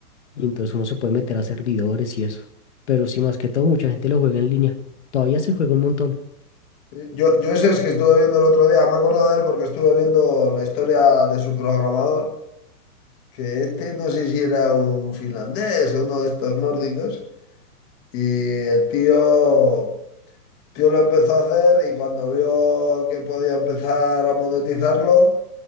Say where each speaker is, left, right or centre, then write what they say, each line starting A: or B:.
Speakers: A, on the left; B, on the left.
A: Y
B: mm.
A: entonces uno se puede meter a servidores y eso. Pero sí, más que todo, mucha gente lo juega en línea. Todavía se juega un montón.
B: Yo, yo ese es que estuve viendo el otro día, me he acordado de él porque estuve viendo la historia de su programador, que este no sé si era un finlandés o uno de estos nórdicos, Y el tío, tío lo empezó a hacer y cuando vio que podía empezar a monetizarlo,